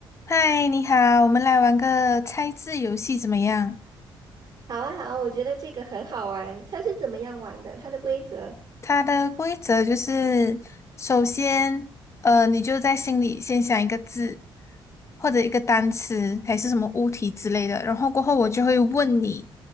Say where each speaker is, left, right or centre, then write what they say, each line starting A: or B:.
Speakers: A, on the left; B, on the right.
A: 嗨，你好，我们来玩个猜字游戏怎么样？
B: 好啊，好啊，我觉得这个很好玩。它是怎么样玩的？它的规则
A: 它的规则就是，首先，呃，你就在心里先想一个字，或者一个单词，还是什么物体之类的，然后过后我就会问你，